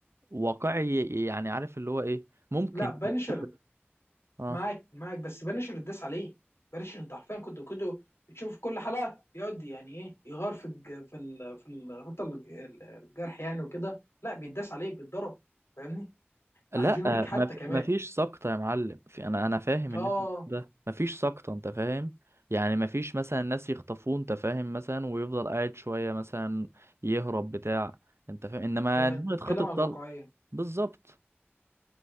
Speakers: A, on the right; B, on the left.
A: واقعي يعني عارف اللي هو إيه ممكن
B: لا بنشر
A: يتقتل اه
B: معاك معاك بس بنشر الداس عليه بنشر انت حرفيا كنت كده بتشوف كل حلقه يقعد يعني ايه يغار في الج... في ال... في الغطا الج- الجرح يعني وكده لا بيتداس عليه بيتضرب فاهمني
A: لا
B: عن جون ويك حتى
A: ما في-
B: كمان
A: ما فيش سقطة يا معلم في انا انا فاهم
B: اه
A: اللي انت بتقوله ده ما فيش سقطة انت فاهم يعني ما فيش مثلا ناس يخطفوه انت فاهم مثلا ويفضل قاعد شوية مثلا يهرب بتاع انت فاهم انما
B: أيوة،
A: إن
B: انت
A: هو
B: بتتكلم
A: يتخطف
B: عن
A: طلقة
B: الواقعيه
A: بالظبط